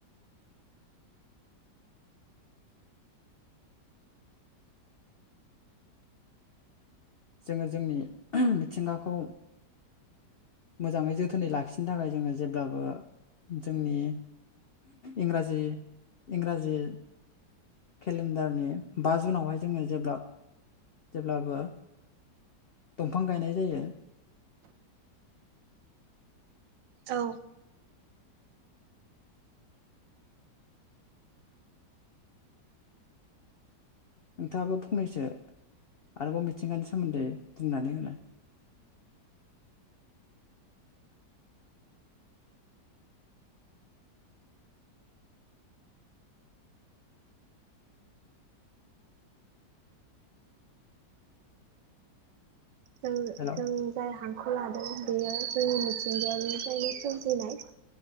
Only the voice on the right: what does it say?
औ
जों
जों जाय हांखौ ला उन्दैयो जोंनि मिथिंगानिफ्रायनो सोमजिनाय